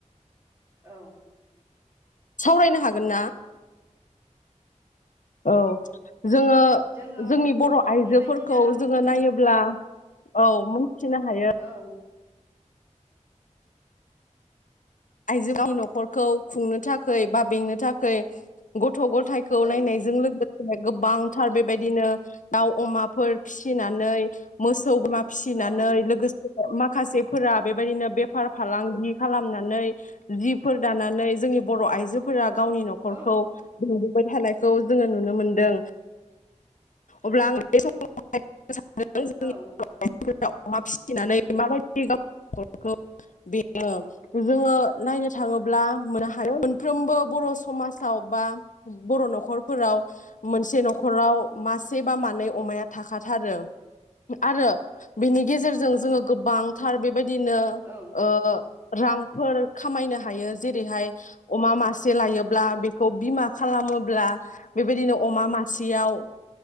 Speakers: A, on the right (about 20°); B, on the left (about 80°).
A: औ
B: सावरायनो
A: औ
B: हागोन ना औ जोङो
A: जोङो
B: जोंनि बर' आइजोफोरखौ
A: बेबायदिनो
B: जोङो
A: उम
B: नायोब्ला औ हानथिनो हायो।
A: औ
B: आइजोनि न'खरखौ खुंनो थाखै बा बेंनो थाखै गथ गथ' गथायखौ
A: औ
B: नायनायजों लोगो से गोबांथार बेबायदिनो दाउ अमाफोर फिसिनानै मोसौ बोरमा फिसिनानै
A: औ
B: लोगोसे माखासे फोरा बेबायदिनो बेफार फालांगि खालामनानै जिफोर दानानै जोंनि बर' आइजोफोरा गावनि न'खरखौ
A: औ
B: खांबोबाय थानायखौ जोङो नुनो मोनदों। अब्ला आं बे समाव
A: औ
B: <unintelligible> दाउ अमा फिसिनानै माबायदि गावखौ बेयो
A: औ
B: जोङो। नायनो थाङोब्ला मोननो हायो मोनफ्रोमबो बर' समाजाव बा बर' न'खरफोराव मोनसे न'खराव मासे बा मानै अमाया थाखाथारो। आरो बेनि गेजेरजों जोङो गोबांथार बे बेबायदिनो
A: औ
B: ओ। रांफोर। खामायनो हायो जेरैहाय अमा मासे लायोब्ला बेखौ बिमा खालामोब्ला बेबायदिनो अमा मासेयाव